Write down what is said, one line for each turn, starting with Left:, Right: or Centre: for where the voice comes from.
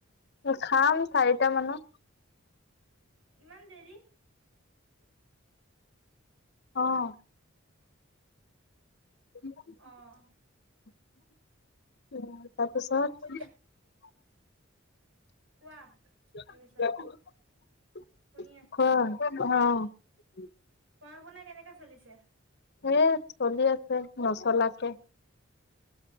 Left: খাম চাৰিটা মানত
Right: ইমান দেৰি
Left: অহ তাৰপিছত
Right: অ' পিছে কোৱা
Left: অ
Right: তাৰপিছত
Left: অ
Right: শুনি আছো
Left: উম
Right: পঢ়া শুনা কেনেকা চলিছে
Left: এ চলি আছে নচলাকে